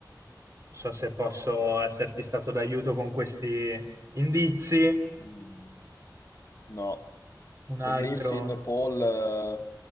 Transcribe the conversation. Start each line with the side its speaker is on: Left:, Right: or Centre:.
Right: so se posso esserti stato d'aiuto con questi indizi.
Left: mm, no.
Right: Un
Left: Cioè
Right: altro,
Left: Griffin, Paul, eh,